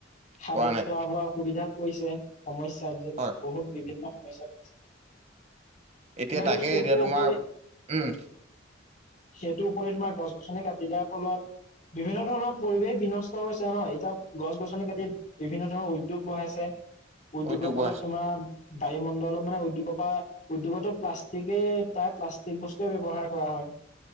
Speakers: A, on the left; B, on the right.
A: খাব
B: পোৱা নাই
A: খোৱা বোৱা অসুবিধাত পৰিছে সমস্যা
B: হয়
A: বহুত বিভিন্ন সমস্যাত <unintelligible>
B: এতিয়া তাকে
A: সেইটোৰ
B: এতিয়া তোমাৰ
A: উপৰি
B: উম
A: সেইটোৰ উপৰি তোমাৰ গছ গছনি কাটি দিয়াৰ ফলত বিভিন্ন ধৰণৰ পৰিৱেশ বিনষ্ট হৈছে ন এতিয়া গছ গছনি কাটিত বিভিন্ন ধৰণৰ উদ্যোগ বঢ়াইছে উদ্যোগৰ
B: উদ্যোগ
A: ফলত
B: বঢ়াইছে
A: তোমাৰ বায়ুমণ্ডলত মানে উদ্যোগৰ পৰা উদ্যোগটো প্লাষ্টিকে প্ৰায় প্লাষ্টিক বস্তুৱে ব্যৱহাৰ কৰা হয়